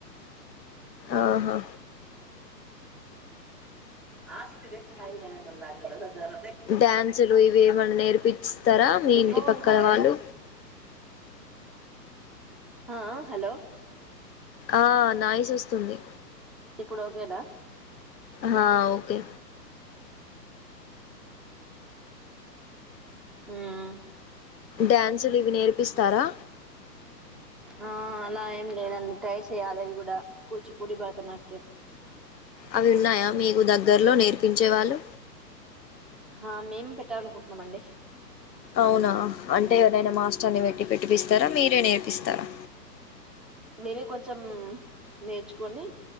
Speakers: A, on the left; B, in the centre.
A: ఆహా
B: ఆస్తిద కాన ఆలాద ర
A: డ్యాన్సులు ఇవి ఏమన్నా నేర్పిస్తారా మీ ఇంటి
B: దోకా
A: పక్కన వాళ్ళు
B: హా హలో
A: ఆ నాయిస్ వస్తుంది.
B: ఇప్పుడు ఓకేనా
A: హా ఓకే
B: హ్మ్
A: డ్యాన్సులు ఇవి నేర్పిస్తారా
B: ఆ అలా ఏం లేదండి ట్రై చేయాలి అవి కూడా కూచిపూడి భరతనాట్యం
A: అవి ఉన్నాయా మీకు దగ్గర్లో నేర్పించేవాళ్ళు
B: ఆ మేము పెట్టాలనుకుంటున్నామండి
A: అవునా అంటే ఎవరైనా
B: ఉమ్
A: మాస్టర్ని పెట్టి పెట్టిపిస్తారా మీరే నేర్పిస్తారా
B: మీరే కొం చం నేర్చుకొని